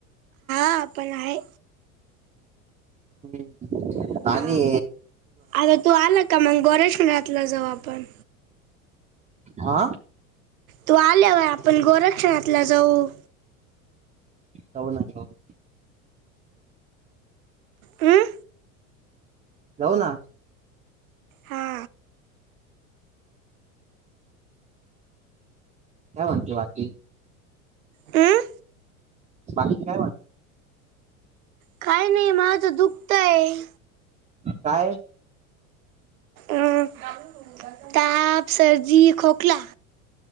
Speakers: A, on the right (about 75°); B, on the right (about 15°).
A: आपण हाय
B: हम्
A: आ.
B: नानी
A: आता तू आला का मग गोरेश्मनाथला जाऊ आपण
B: हा
A: तू आल्यावर आपण गोरक्षणातला जाऊ.
B: <unintelligible>
A: हं?
B: जाऊ ना.
A: हा
B: काय म्हणते बाकी,
A: हं?
B: बाकी काय म्हणते?
A: काय नाही माझं दुखतंय.
B: काय?
A: अं ताप, सर्दी, खोकला.